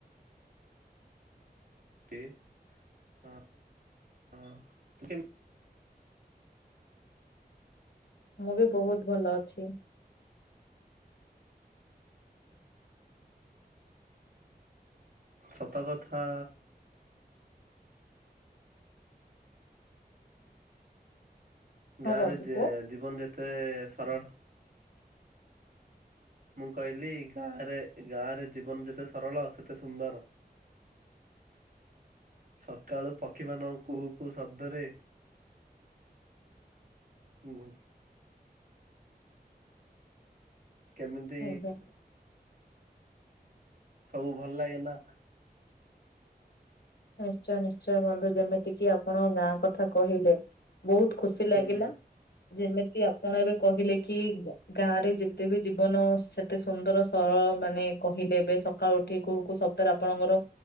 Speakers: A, on the right (about 60°); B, on the left (about 80°).
A: <unintelligible> ହଁ ହଁ। ତୁ କେମି
B: ମୁଁ ବି ବହୁତ ଭଲ ଅଛି।
A: ସତକଥା।
B: ହଁ
A: ଗାଁରେ
B: ବନ୍ଧୁ
A: ଜେ
B: କୁହ
A: ଜୀବନ ଯେତେ ସରଳ ମୁଁ କହିଲି ଗାଁରେ ଗାଁରେ ଜୀବନ ଯେତେ ସରଳ ସେତେ ସୁନ୍ଦର। ସକାଳୁ ପକ୍ଷୀମାନଙ୍କ କୁହୁ କୁହୁ ଶବ୍ଦରେ ହୁଁ। କେମିତି
B: ଆଜ୍ଞା
A: ସବୁ ଭଲ ଲାଗେ ନା।
B: ନିଶ୍ଚୟ ନିଶ୍ଚୟ ବନ୍ଧୁ ଯେମିତି କିି ଆପଣ ଗାଁ କଥା କହିଲେ ବହୁତ ଖୁସି ଲାଗିଲା
A: ହୁଁ।
B: ଯେମିତି ଆପଣ ଏବେ କହିଲେ କି ଗାଁ ରେ ଯେତେ ବି ଜୀବନ ସେତେ ସୁନ୍ଦର ସରଳ ମାନେ କହିଲେ ଏବେ ସକାଳୁ ଉଠି କୋଉ କୋଉ ସପ୍ତାହରେ। ଆପଣଙ୍କର